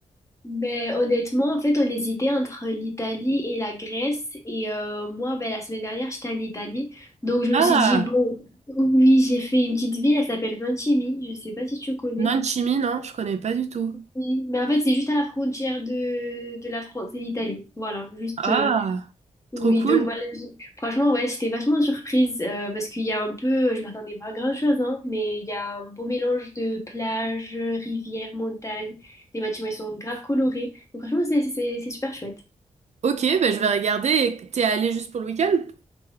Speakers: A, on the left; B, on the right.
A: Ben, honnêtement, en fait, on hésitait entre l'Italie et la Grèce. Et euh, moi, ben, la semaine dernière, j'étais en Italie. Donc, je me
B: Ah,
A: suis dit, bon, oui, j'ai fait une petite ville, elle s'appelle Ventimille. Je sais pas si tu connais.
B: Nanchimi, non, je connais pas du tout.
A: Oui, Mais en fait, c'est juste à la frontière de, de la France et l'Italie. Voilà, juste.
B: Ah,
A: euh, Oui,
B: trop cool.
A: donc voilà, j- franchement, ouais, j'étais vachement surprise euh, parce qu'il y a un peu, je m'attendais pas à grand-chose, hein, mais il y a un beau mélange de plages rivières montagnes Les bâtiments, ils sont grave colorés. Donc franchement, c'est c'est- c'est super chouette.
B: Ok, bah, je vais regarder. Et T'es allée juste pour le week-end?